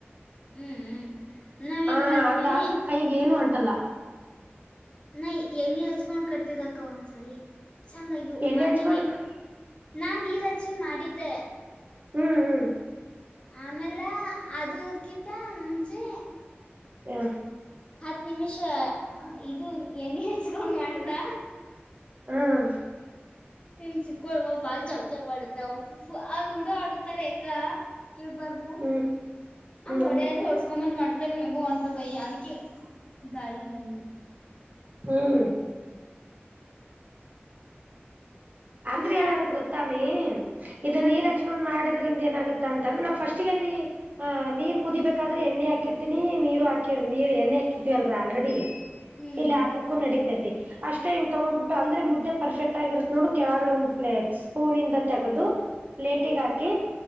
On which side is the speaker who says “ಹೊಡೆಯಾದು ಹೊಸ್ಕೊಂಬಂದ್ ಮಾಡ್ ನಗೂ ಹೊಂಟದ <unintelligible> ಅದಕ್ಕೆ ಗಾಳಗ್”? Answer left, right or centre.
Left